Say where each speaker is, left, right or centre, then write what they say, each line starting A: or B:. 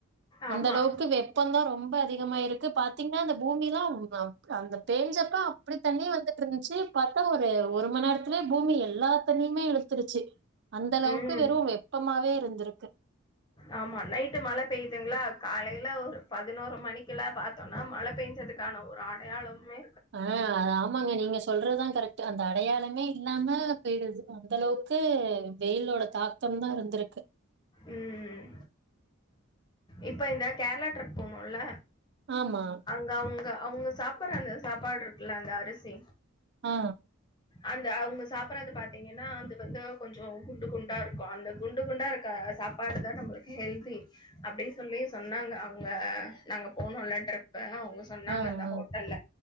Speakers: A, on the left; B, on the right.
A: ஆமா.
B: அந்த அளவுக்கு வெ இப்போந்தா ரொம்ப அதிகமா இருக்கு பாத்தீங்ன்னா அந்த பூமிலா ஆ ஆ அந்த பேஞ்சப்ப அப்டி தண்ணி வந்து ருந்துச்சு பாத்தா ஒரு ஒரு மணி நேரத்துலயே பூமி எல்லாத்தண்ணியுமே இழுத்துருச்சு அந்த அளவுக்கு
A: ம்.
B: வெறு வெப்பமாவே இருந்திருக்கு
A: ஆமா நைட்டு மழ பெயுதுங்களா காலையில ஒரு பதினோரு மணிக்கு லா பாத்தோனா மழ பெய்ஞ்சதுக்கு க்கான ஒரு அடையாளமே
B: ஆ அது ஆமாங்க நீங்க சொ சொல்றதுதா கரெக்ட் அந்த அடையாளமே இல்லாம போயிடு அந்தளவுக்கு வெயிலோட தாக்க தம்தா இருந்திருக்கு
A: உம் இப்ப இந்த கேரளா ட்ரிப் போனோல
B: ஆமா
A: அவுங்க அவுங்க சாப்படுற அந்த சாப்பாடு இருக்குல்ல அந்த அரிசி
B: ஆ
A: அந்த அவங்க சாப்படுறது பாத்தீங்கன்னா அது வந்து கொஞ்ச குண்டு குண்டா இருக்கும் அந்த குண்டு குண்டா இருக் க்க சாப்பாடுதா நம்மளுக்கு ஹெல்தி அப்டி சொல்லி சொன்னாங்க அவுங்க நாங்க போனோலா ட்ரிப் அவுங்க சொ சொன்னாங்க
B: ஆ,
A: அந்த
B: ஆ.
A: ஹோட்டல்ல